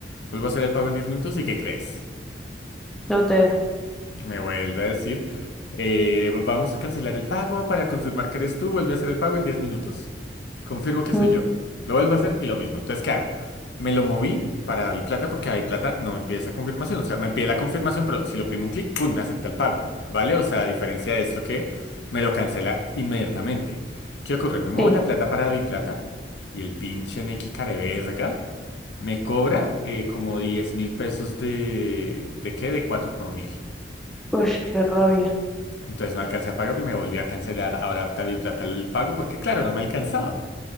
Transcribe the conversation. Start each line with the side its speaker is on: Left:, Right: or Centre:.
Left: Vuelvo a hacer el pago en diez minutos y ¿qué crees?
Centre: No te dejo.
Left: Me vuelve a decir, eh, vamos a cancelar el pago para confirmar que eres tú, vuelve a hacer el pago en 10 minutos. Confirmo que
Centre: Ok,
Left: soy yo. Lo vuelvo a hacer y lo mismo. Entonces, ¿qué hago? Me lo moví para Plata porque Plata no me pide esa confirmación. O sea, me pide la confirmación, pero si lo oprimo un clic, ¡pum! me acepta el pago. ¿Vale? O sea, a diferencia de esto que me lo cancela inmediatamente. ¿Qué ocurre? Me muevo
Centre: sí.
Left: la plata para Plata y el pinche Neki careverga me cobra eh, como diez mil pesos de... ¿De qué? De 4 por mil.
Centre: Uy, qué rabia.
Left: Entonces no alcancé a pagarlo y me volví a cancelar ahora David Plata el pago porque, claro, no me alcanzaba.